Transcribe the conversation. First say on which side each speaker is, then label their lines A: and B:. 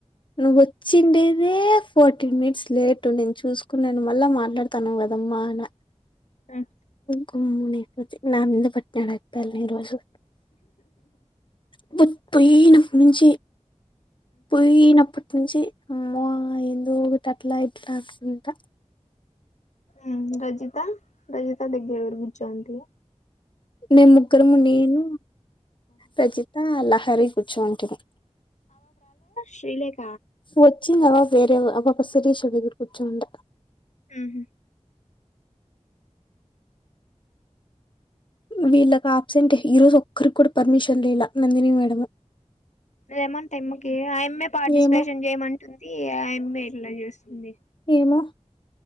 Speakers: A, on the left; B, on the left.
A: నువ్వు వచ్చిండే అదే ఫోర్టీన్ మినిట్స్ లేటు నేను చూసుకున్నాను మా అలా మాట్లాడుతాన్నవ్ గదమ్మాన
B: హ్మ్
A: కు <unintelligible> ఈ రోజు <unintelligible> నప్పటి నుంచి పోయినప్పటి నుంచి అమ్మో ఎందో అట్లా ఇట్లా అంటుంది ఇంకా
B: ఉ రజిత రజిత బిడ్డ ఇడ కూర్చొయిండిరి
A: మేము ముగ్గురము నేను రజిత లహరి కూర్చోయింటిమి
B: షీలేక్
A: సూత్ వచ్చింది ఆ పాప ఎవరొ ఆ పాప శిరీష దగ్గరికి కూర్చొయిండ
B: ఉహు
A: వీళ్ళకు ఆప్సెంటే ఈ రోజు ఒక్కరు కూడా పర్మిషన్ దండిలా నందినీ మేడంము
B: ఏమంట ఆయమ్మకి ఆ ఎయామ్మెఏ పార్టిసిపేషన్
A: ఏమో
B: చేయమంటుంది ఆ ఎయామ్మె ఇలా చేస్తుంది
A: ఏమో